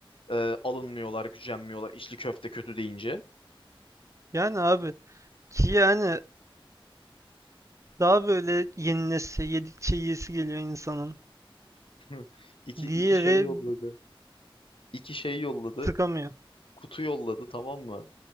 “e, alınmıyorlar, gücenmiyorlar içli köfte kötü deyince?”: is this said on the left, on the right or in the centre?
Left